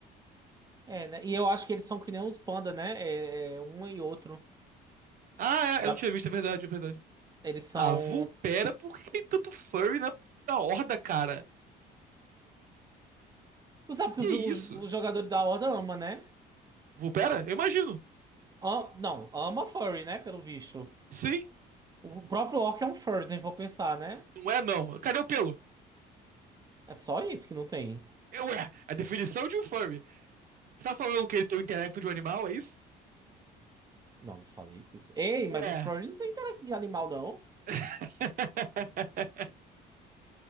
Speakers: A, on the right (about 25°); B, on the right (about 55°).
A: É, né? E eu acho que eles são que nem os panda, né? É, é um e outro.
B: Ah, é,
A: Da,
B: eu não tinha visto, é verdade, é verdade.
A: eles são.
B: Ah, Vulpera, por que que tem tanto furry na, na horda, cara?
A: Tu sabe que
B: Que
A: os,
B: isso?
A: os- os jogadores da Horda ama, né?
B: Vulpera? Eu imagino.
A: Am- não, ama furry, né? Pelo visto.
B: Sim,
A: O próprio Orc é um furry, se vou pensar, né?
B: não é não. Cadê o pelo?
A: É só isso que não tem.
B: Eu É, a definição de um furry. Você tá falando que ele tem o intelecto de um animal, é isso?
A: Não, não falei isso. Ei,
B: Ué.
A: mas os furry não tem intelecto de animal, não.
B: <laughs>